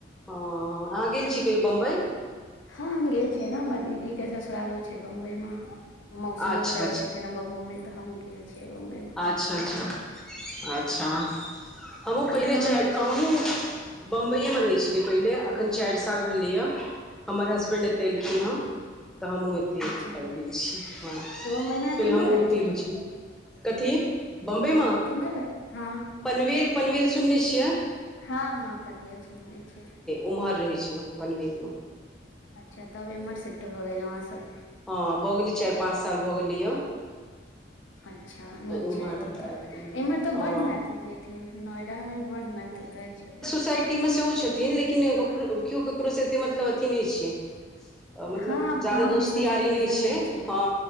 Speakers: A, in the centre; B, on the left (about 80°).
A: हँ ह अहाँ गेल छी कहियो बम्बई
B: हँ हम गेल छियै ने हमर दीदी के ससुरालो छय बम्बई मे मौसी
A: अच्छा
B: रहे
A: अच्छा
B: छथिन बम्बई ते हम गेल छे बम्बई में
A: अच्छा अच्छा अच्छा हमहूँ पहिले
B: तऽ तहन
A: चारि हमहूँ बम्बइए में रहै छलै पहिले एखन चारि साल भेलैए हमर हसबैंड एतऽ एलखिन हँ तऽ हमहूँ एतहि
B: अच्छा
A: आबि गेल छियै हँ पहिले
B: तऽ बम्बई मे केम्हर
A: हमहूँ
B: रहै
A: ओतहि
B: छलहुँ
A: रहियै कथी बॉम्बे में
B: के म रहै हँ
A: पनवेल पनवेल सुनने छियै
B: हँ हँ पनवेल सुन ले छियै
A: ओम्हर रहै छलहुँ पनवेल में
B: अच्छा तब एम्हर शिफ्ट भ गेलहुँ अहाँसब
A: हँ भऽ गेलै चारि पाँच साल भऽ गेलै यौ
B: अच्छा नीक
A: इम्हर
B: छय तब तऽ
A: आबि गेलियै
B: एम्हर तऽ
A: हँ
B: बड्ड मैथिल हे नोएडा में बड्ड मैथिल रहै छथित
A: सोसाइटी में सेहो छथिन लेकिन केओ ककरोसँ एत मतलब अथी नहि छै मतलब
B: हँ आब
A: जादा
B: गाम
A: दोस्ती
B: जेना
A: यारी
B: सिचुएशन
A: नय छै
B: नहि ने
A: हँ